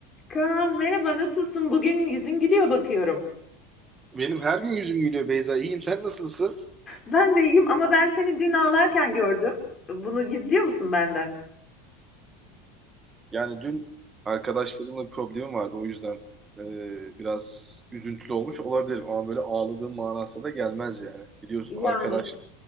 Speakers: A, on the left; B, on the right.
A: Kaan merhaba nasılsın? Bugün yüzün gülüyor bakıyorum.
B: Benim her gün yüzüm gülüyor Beyza. İyiyim. Sen nasılsın?
A: Ben de iyiyim ama ben seni dün ağlarken gördüm. Bunu gizliyor musun benden?
B: Yani dün arkadaşlarımla bir problemim vardı. O yüzden e, biraz üzüntülü olmuş olabilirim. Ama böyle ağladığım manasına da gelmez yani. Biliyorsun
A: Yani
B: arkadaş